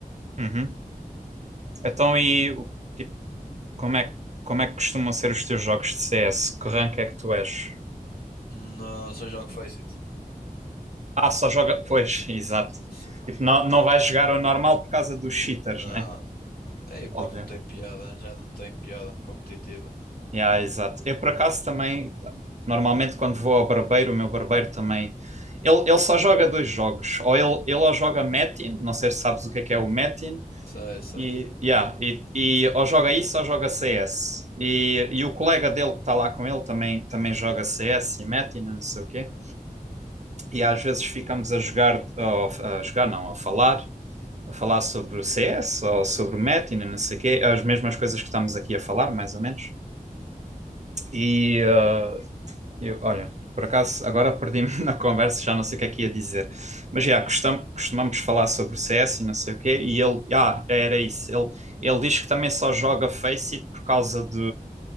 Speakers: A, on the right (about 50°); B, on the left (about 85°).
A: Uhum. Então, e o- tipo, como é, que- como é que costumam ser os teus jogos de CS? Que rank é que tu és?
B: Não, seja o que foi, Cito.
A: Ah, só joga. Pois, <laughs> exato.
B: Se-
A: Tipo, não, não vais jogar o normal por causa dos cheaters,
B: Não,
A: né?
B: é porque
A: Óbvio.
B: não tem piada, já não tem piada competitiva.
A: Yeah, exato. Eu, por acaso, também, normalmente, quando vou ao barbeiro, o meu barbeiro também. Ele, ele só joga dois jogos. Ou ele, ele ou joga Metin, não sei se sabes o que é que é o Metin,
B: Sei, sei.
A: E, yeah, e, e ou joga isso ou joga CS. E, e o colega dele que está lá com ele também, também joga CS e mete e não sei o quê. E às vezes ficamos a jogar, a jogar não, a falar, a falar sobre o CS ou sobre o Metin, não sei o quê, as mesmas coisas que estamos aqui a falar, mais ou menos. E, ah,
B: Hum,
A: eu, olha, por acaso agora perdi-me <laughs> na conversa, já não sei o que é que ia dizer. Mas já, costum- costumamos falar sobre o CS e não sei o quê, e ele, ah, era isso. Ele, ele diz que também só joga Faceit por causa de,